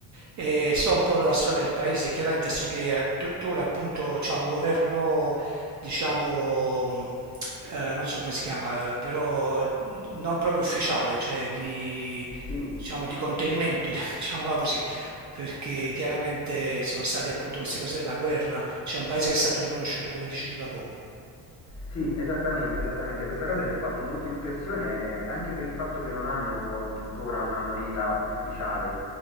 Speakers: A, on the right; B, on the left.
A: e so un po' la storia del paese, chiaramente so che eh, tuttora appunto c'è un governo, diciamo, mh, eh, non so come si chiama, eh, però mh, non proprio ufficiale, cioè di,
B: Sì,
A: diciamo, di contenimento, <laughs> diciamola così, perché chiaramente ci sono state appunto queste cose della guerra, c'è un paese che è stato riconosciuto come dici tu da poco.
B: Sì, esattamente, esattamente. Questa cosa mi ha fatto molto impressione eh, anche per il fatto che non hanno tuttora una moneta ufficiale